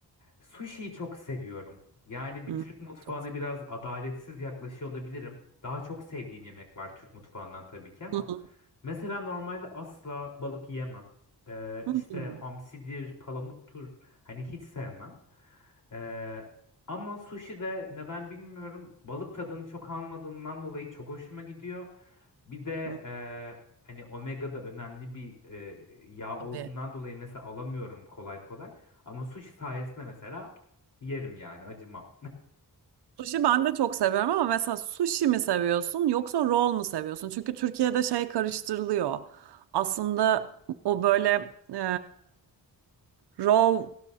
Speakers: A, on the left; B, on the right.
A: sushi'yi çok seviyorum. Yani bir
B: Hı.
A: Türk mutfağına
B: Çok.
A: biraz adaletsiz yaklaşıyor olabilirim. Daha çok sevdiğim yemek var Türk mutfağından tabii ki ama
B: Hı hı.
A: mesela normalde asla balık yiyemem. Ee,
B: Hı
A: işte
B: hı.
A: hamsidir, palamuttur hani hiç sevmem. Ee, ama sushi de neden bilmiyorum balık tadını çok almadığımdan dolayı çok hoşuma gidiyor. Bir de
B: Hı.
A: eee, hani omega da önemli bir eee, yağ olduğundan
B: Tabii.
A: dolayı mesela alamıyorum kolay kolay. Ama sushi sayesinde mesela yerim yani acımam.
B: Sushi ben de çok seviyorum ama mesela sushi mi seviyorsun yoksa roll mu seviyorsun? Çünkü Türkiye'de şey karıştırılıyor. Aslında o böyle e, raw